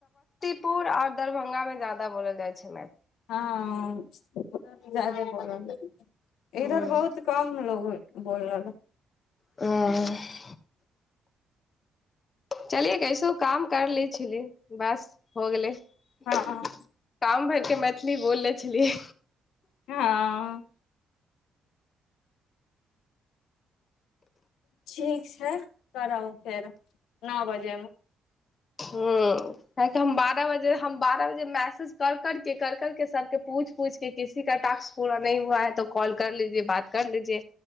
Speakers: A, on the left (about 40°); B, on the left (about 80°).
A: पुर आर दरभंगा मे ज्यादा बोलल जाइ छै
B: हँ जादे बल इधर
A: ह
B: बहुत कम लो बोल रहल
A: चलिये चलि कैसो काम कर ली छली बस हो गेले
B: हँ
A: काम भेल के मैथिली बोलनेे छलियै
B: हँ ठीक छै करब फेर नओ बजेमे
A: ह्म काहि हम बारह बजे हम बारह बजे मैसेज कर करके कर करके सभके पूछि पूछिके किसी का ट्क पूरा नहि हुआ है तऽ कॉल कर लीजिये बात कर लीजिये